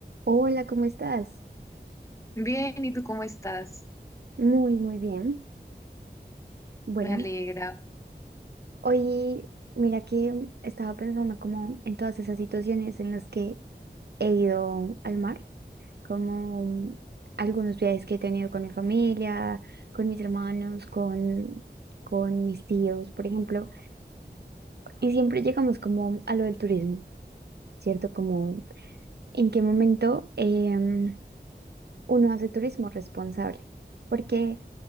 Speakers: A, on the right; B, on the left.
A: Hola, ¿cómo estás?
B: Bien, ¿y tú cómo estás?
A: Muy, muy bien. Bueno,
B: Me alegra,
A: hoy mira que estaba pensando como en todas esas situaciones en las que he ido al mar, como algunos viajes que he tenido con mi familia, con mis hermanos, con, con mis tíos, por ejemplo. Y siempre llegamos como a lo del turismo, ¿cierto? Como en qué momento em, uno hace turismo responsable. Porque